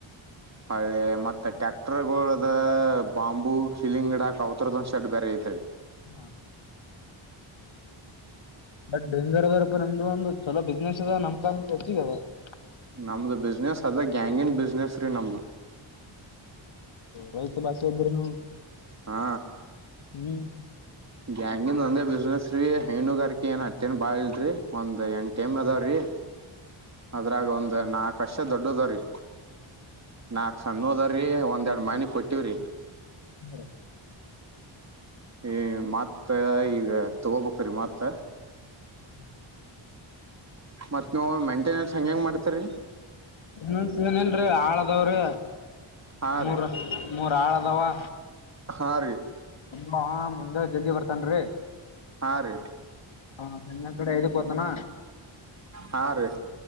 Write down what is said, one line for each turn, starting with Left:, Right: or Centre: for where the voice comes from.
Right: ಅದೇ ಮತ್ತೆ ಟ್ಯಾಕ್ಟರ್ ಗಳದ ಬಾಂಬು ಹಿಲಿಂಗಡಾಕ್ ಅವತ್ರುದ್ ಒಂದ ಶಟ್ ಬೇರೆ ಐತ್ರಿ
Left: ಹಾ ಬಟ್ ಬೇಜರ್ದ ನಮ್ದು ಒಂದು ಚಲೋ ಬಿಸ್ನೆಸ್ ಇದದ ನಮಕಮ್ದು ಹೆಚ್ಚಿಗದ <unintelligible>
Right: ನಮ್ದು ಬಿಸ್ನೆಸ್ ಅದ ಗ್ಯಾಂಗನ್ ಬಿಸ್ನೆಸ್ ರೀ ನಮ್ದು
Left: ರೈತ ಭಾಷೆ ಅಂದುನು
Right: ಹಾ
Left: ಹ್ಮ್
Right: ಗ್ಯಾಂಗಂದ ಒಂದೇ ಬಿಸ್ನೆಸ್ ರೀ ಹೈನುಗಾರ್ ಏನ್ ಹತ್ತಏನ್ ಬಾಳ ಇಲ್ರರಿ ಒಂದ್ ಎಂಟ ಟೈಮ್ ಅದಾವ್ರೀ ಅದ್ರಾಗ ಒಂದ್ ನಾಕ್ ಹಸ ದೊಡ್ಡದವ್ರೀ ನಾಕ್ ಸಣ್ಣದ್ರ ರೀ ಒಂದ ಎರಡ್ ಮನೆ ಕೊಟ್ಟಿವವ್ರಿ
Left: ಹ್ಮ ರ <inaudible>
Right: ಈ ಮಾತ್ತ ಈಗ ತಗೋಬೇಕ್ರೀ ಮಾತ್ತ
Left: ಹಾ <inaudible>
Right: ಮತ್ತ ನೀವ್ ಮೆಂಟೆನೆನ್ಸ್ ಹಂಗ್ ಹೆಂಗ ಮಾಡ್ತರಿ
Left: ಏನ್ <unintelligible> ಆಳದಾವ್ರಿ
Right: ಹಾ
Left: ಮೂರ್
Right: ರೀ
Left: ಮೂರು ಆಳದವಾ
Right: ಹಾ ರೀ
Left: ಹಾ ಮುಂಜಳ್ ಜಲ್ದಿ ಬರ್ತನ್ ರೀ
Right: ಹಾ ರೀ
Left: ಹ ಚೆನ್ನ ಕಡೆ ದುಕ್ಕೋತಾನ
Right: ಹಾ ರೀ